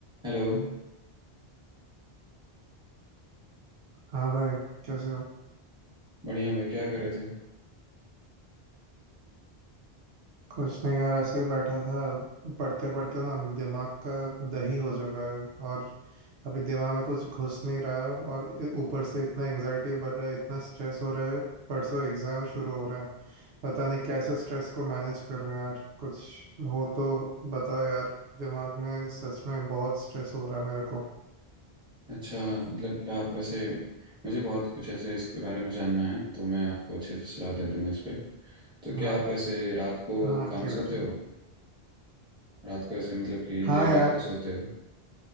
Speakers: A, in the centre; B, on the right.
A: Hello
B: हाँ भाई कैसे हो
A: बढ़िया भाई क्या कर रहे थे
B: कुछ नहीं यार ऐसे ही बैठा था पढ़ते पढ़ते ना दिमाग का दही हो चुका है और अभी दिमाग में कुछ घुस नहीं रहा है और इ- ऊपर से इतना एंजाइटी बढ़ रहा है इतना स्ट्रेस हो रहा है परसों एग्जाम शुरू हो रहा है पता नहीं कैसे स्ट्रेस को मैनेज करूँ यार कुछ हो तो बताओ यार दिमाग में सच में बहुत स्ट्रेस हो रहा है मेरे को
A: अच्छा मतलब कि आप वैसे मुझे बहुत कुछ ऐसे इसके बारे में जानना है तो मैं आपको अच्छे से सलाह दे दूंगा इस पे तो क्या
B: हाँ
A: आप ऐसे रात को
B: हाँ
A: कम
B: ठीक
A: सोते
B: है ठीक
A: हो
B: है
A: रात को ऐसे मतलब कि
B: हाँ
A: देर
B: यार
A: रात को सोते हो